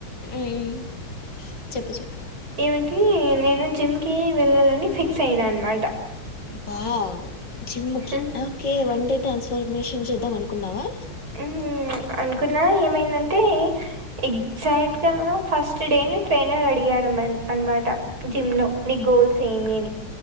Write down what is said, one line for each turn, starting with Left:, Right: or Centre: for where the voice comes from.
Left: ఉమ్ చెప్పు చెప్పు
Right: ఏమింటి నేను జిమ్కి వెళ్ళాలని ఫిక్స్ అయినా అనమాట
Left: వావ్ జిమ్కి
Right: మ్మ్.
Left: ఓకే వన్డే ట్రాన్స్ఫర్మేషన్ చేద్దాం అనుకున్నావా
Right: హ అంటే పకున ఏమైందంటే ఎగజాక్ట్ కా ఫస్ట్ టుడేనే ట్రైనర్ అడిగాడు అనమాట జిమ్నోలో ని గోల్స్ ఏమి అని